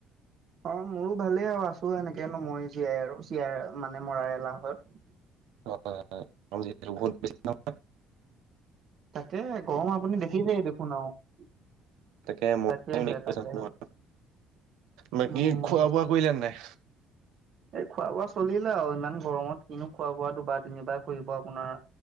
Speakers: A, on the right; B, on the right.
A: অ' মোৰো ভালেই আৰু, আছো এনেকেনো মই জীয়াই আৰু জীয়াই মানে মৰাৰ এলাহত।
B: <unintelligible> বহুত বেছি নহই।
A: তাকে গৰম আপুনি দেখিছেই দেখোন আৰু।
B: তাকে, ম
A: তাকেহে
B: <unintelligible>
A: তাকেহে
B: বাকি
A: উম।
B: খোৱা বোৱা কৰিলে নাই?
A: এই খোৱা বোৱা চলিলে আৰু, ইমান গৰমত কিনো খোৱা বোৱা দুবাৰ তিনিবাৰ কৰিব আপোনাৰ